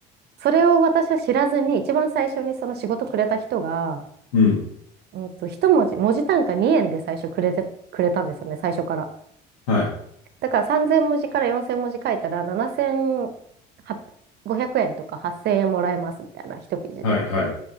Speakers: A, on the right; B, on the left.
A: それを私は知らずに、一番最初にその仕事くれた人が、
B: うん。
A: うんと、一文字、文字単価2円で最初くれて、くれたんですよね、最初から。
B: はい。
A: だから3000文字から4000文字書いたら、7500円とか8000円もらえますみたいな、一記事で。
B: はい、
A: っ
B: はい。